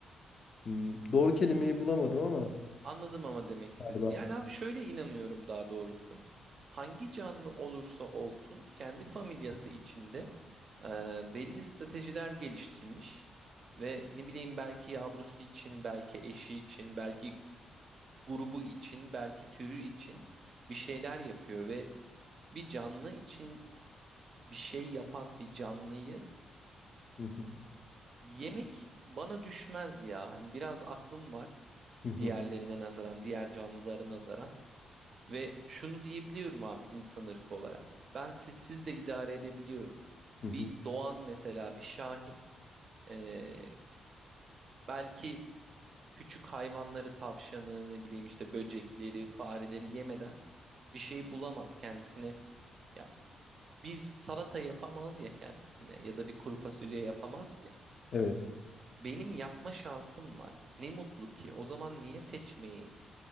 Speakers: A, on the left; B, on the right.
A: hmm, doğru kelimeyi bulamadım ama
B: Anladım ama demek istedin.
A: galiba.
B: Yani abi şöyle inanıyorum daha doğrusu. Hangi canlı olursa olsun kendi familyası içinde e, belli stratejiler geliştirmiş ve ne bileyim belki yavrusu için, belki eşi için, belki grubu için, belki türü için bir şeyler yapıyor ve bir canlı için bir şey yapan bir canlıyı
A: Hı hı,
B: yemek bana düşmez ya. Hani biraz aklım var
A: hı hı,
B: diğerlerine nazaran, diğer canlılara nazaran ve şunu diyebiliyorum abi insan ırkı olarak. Ben sizsiz de idare edebiliyorum.
A: hı
B: Bir
A: hı.
B: doğan mesela bir şahin ee, belki küçük hayvanları tavşanı ne bileyim işte böcekleri fareleri yemeden bir şey bulamaz kendisine. Ya bir salata yapamaz ya kendisine ya da bir kuru fasulye yapamaz ya.
A: Evet.
B: Benim yapma şansım var. Ne mutlu ki. O zaman niye seçmeyeyim?